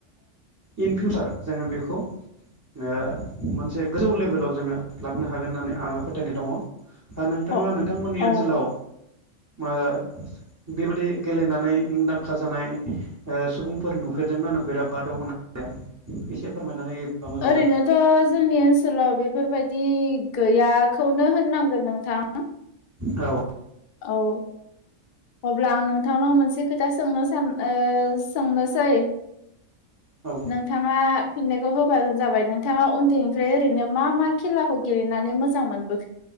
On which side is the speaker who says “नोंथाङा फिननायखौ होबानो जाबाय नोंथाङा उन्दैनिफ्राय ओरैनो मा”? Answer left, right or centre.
Left